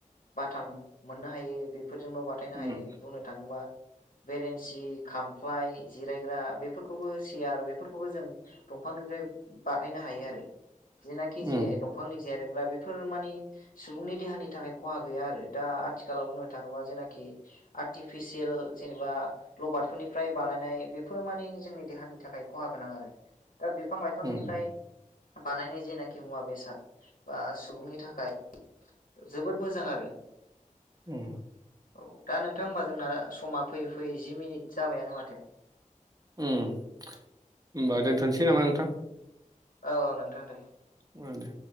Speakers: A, on the left (about 80°); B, on the right (about 25°).
A: बाथाम मोननो हायो बे फोरजों न' बाथायनो
B: उम
A: हायो बुंनो थाङोबा बेरेन्सि, खामफ्लाय, जिराय ग्रा बेफोरखौबो सियार बेफोरखौबो जों दंफांनिफ्राय बानायनो हायो आरो। जेनाखि
B: उम
A: जे दंफांनि जिरायग्रा बेफोर माने सुबुंनि देहानि थाखाय खहा गैया आरो दा आथिखालाव बुंनो थाङोबा जेनाखि आर्टिफिसियेल जेनेबा लक फ्राय बानायनाय बेफोरो मानि जोंनि देहानि थाखाय खहा गोनां आरो दा बिफां लाइफांनिफ्राय
B: उम
A: बानायनाय जेनाखि मुवा बेसाद बा सुबुंनि थाखाय जोबोद मोजां आरो
B: उम
A: औ दा नोंथां होमबा जोंना समा फैयै फैयै जि मिनिट जाबायानो माथो।
B: उम होमबा दोनथ'नोसै नामा नोंथां
A: औ औ नोंथां दे
B: उम दे